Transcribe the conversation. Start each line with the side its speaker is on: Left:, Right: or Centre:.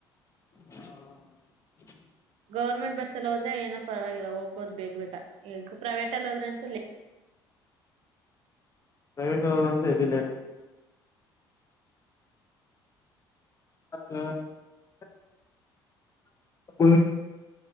Left: ಹಾ
Right: ಗೌರ್ಮೆಂಟ್ ಬಸ್ಲ್ಲಿ ಹೋದ್ರೆ ಏನೋ ಪರವಾಗಿಲ್ಲ ಹೋಗ್ಬೋದು ಬೇಗ್ ಬೇಗ ಈಗ ಪ್ರೈವೇಟ್ ಅಲ್ಲಿ ಹೋದ್ರೆ ಅಂತ
Left: ಪ್ರೈವೇಟ್ಂತ ಹೆವಿ ಲೆಟ್ ಹ ಬ